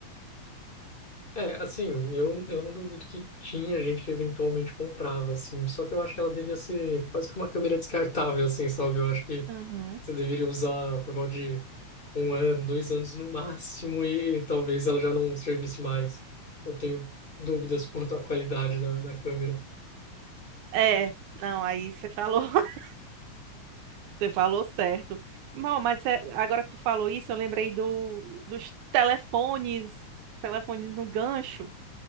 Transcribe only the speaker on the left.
É, assim, eu, eu não duvido que tinha gente que eventualmente comprava, assim, só que eu acho que ela devia ser quase que uma câmera descartável, assim, sabe? Eu acho que
você deveria usar por volta de um ano, dois anos no máximo e talvez ela já não servisse mais. Eu tenho dúvidas quanto à qualidade da, da câmera.